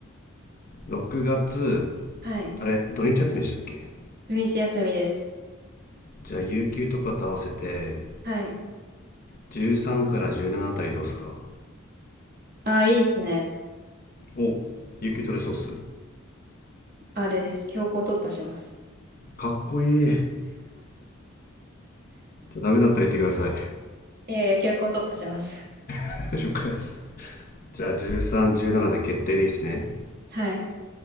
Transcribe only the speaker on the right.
はい。
土日休みです。
はい。
ああ、いいですね。
あれです。強行突破します。
いやいや、強行突破します。
<laughs> はい。